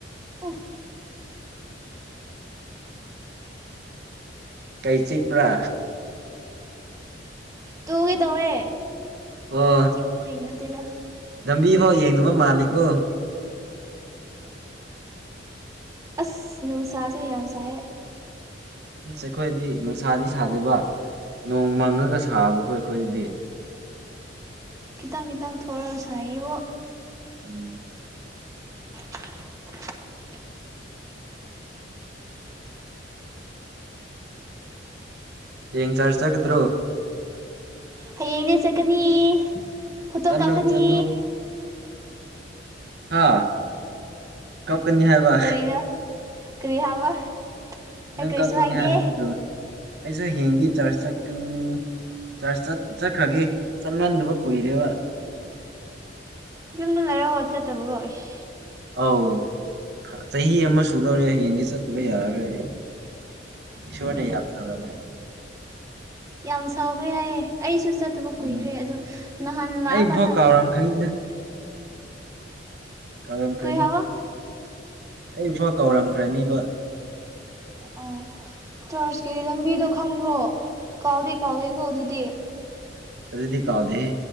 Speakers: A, on the right; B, on the right.
A: ꯑꯣ
B: ꯀꯩ ꯆꯤꯛꯄ꯭ꯔꯥ
A: ꯇꯨꯒꯦ ꯇꯧꯋꯦ
B: ꯍꯣ
A: ꯆꯤꯛꯄꯩ ꯅꯠꯇꯦꯗ
B: ꯂꯝꯕꯤ ꯐꯥꯎ ꯌꯦꯡꯗꯕ ꯃꯥꯜꯂꯤꯀꯣ
A: ꯑꯁ ꯅꯨꯡꯁꯥꯁꯨ ꯌꯥꯝ ꯁꯥꯏꯌꯦ
B: ꯑꯁ ꯑꯩꯈꯣꯏꯗꯤ ꯅꯨꯡꯁꯥꯗꯤ ꯁꯥꯗꯦꯕ ꯅꯣꯡ ꯃꯪꯉꯒ ꯁꯥꯕꯀꯣ ꯑꯩꯈꯣꯏꯗꯤ
A: ꯈꯤꯇꯪ ꯈꯤꯇꯪ ꯊꯣꯔꯛꯑ ꯁꯥꯏꯌꯦꯕꯣ
B: ꯎꯝ
A: <unintelligible>
B: ꯍꯌꯦꯡ ꯆꯔꯆ ꯆꯠꯀꯥꯗ꯭ꯔꯣ
A: ꯍꯌꯦꯡꯗꯤ ꯆꯠꯀꯅꯤ ꯐꯣꯇꯣ
B: ꯆꯠꯂꯣ
A: ꯀꯥꯞꯀꯅꯤ
B: ꯆꯠꯂꯣ ꯍꯥ ꯀꯞ ꯀꯅꯤ ꯍꯥꯏ ꯕꯥ
A: ꯀꯔꯤꯔ ꯀꯔꯤ ꯍꯥꯏꯕ ꯑꯩ
B: ꯅꯪ
A: ꯀꯔꯤꯁꯨ
B: ꯀꯥꯞꯀꯅꯤ
A: ꯍꯥꯏꯗꯦ
B: ꯍꯥꯏꯕ ꯅꯠꯇ꯭ꯔꯣ ꯑꯩꯖꯨ ꯍꯌꯦꯡꯗꯤ ꯆꯔꯆ ꯆꯠꯀꯅꯤ ꯆꯔꯆ ꯆꯠ ꯆꯠꯈ꯭ꯔꯒꯦ ꯆꯠꯃꯟꯗꯕ ꯀꯨꯏꯔꯦꯕ
A: ꯌꯨꯝꯗ ꯂꯩꯔꯒ ꯆꯠꯇꯕ꯭ꯔꯣ ꯑꯩꯁ
B: ꯑꯧ ꯆꯍꯤ ꯑꯃ ꯁꯨꯗꯧꯔꯦ ꯍꯌꯦꯡꯗꯤ ꯆꯠꯇꯕ ꯌꯥꯔꯔꯣꯏ ꯑꯩ ꯏꯁꯣꯔꯅ ꯌꯥꯝ ꯁꯥꯎꯔꯝꯒꯅꯤ
A: ꯌꯥꯝ ꯁꯥꯎꯈ꯭ꯔꯦ ꯍꯥꯏꯌꯦ ꯑꯩꯁꯨ ꯆꯠꯇꯕ
B: ꯎꯝ
A: ꯀꯨꯏꯔꯦ ꯑꯗꯣ ꯅꯍꯥꯟ ꯂꯥꯛꯑꯀꯥꯟꯗ
B: ꯑꯩꯐꯥꯎ ꯀꯥꯎꯔꯝꯈ꯭ꯔꯅꯤꯗ ꯀꯥꯎꯔꯝꯈ꯭ꯔꯅꯤ
A: ꯀꯔꯤ ꯍꯥꯏꯕ
B: ꯑꯩꯐꯥꯎ ꯀꯥꯎꯔꯝꯈ꯭ꯔꯅꯤꯕ
A: ꯑꯥ ꯆꯔꯆꯀꯤ ꯂꯝꯕꯤꯗꯣ ꯈꯪꯕ꯭ꯔꯣ ꯀꯥꯎꯗꯤ ꯀꯥꯎꯗꯦꯀꯣ ꯑꯗꯨꯗꯤ
B: ꯑꯗꯨꯗꯤ ꯀꯥꯎꯗꯦꯍꯦ